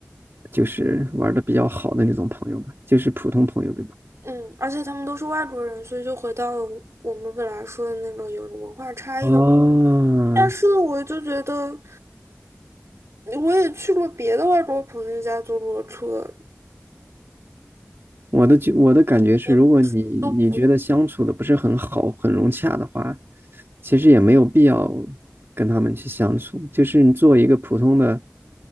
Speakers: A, on the right; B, on the right.
A: 就是玩的比较好的那种朋友吧，就是普通朋友，对吧？
B: 嗯，而且他们都是外国人，所以就回到了我们本来说的那种有文化差异的问题
A: 啊，
B: 但是我就觉得，我也去过别的外国朋友家坐过车，
A: 我的觉我的感觉是，
B: 也不是都，
A: 如果你你觉得相处的不是很好、很融洽的话，其实也没有必要跟他们去相处，就是你做一个普通的